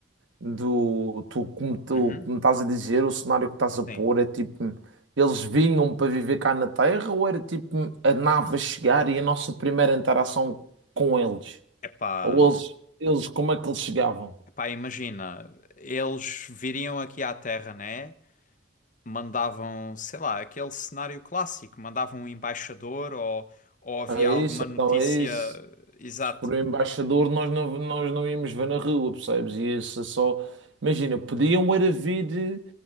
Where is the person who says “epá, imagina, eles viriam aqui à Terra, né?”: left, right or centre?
Left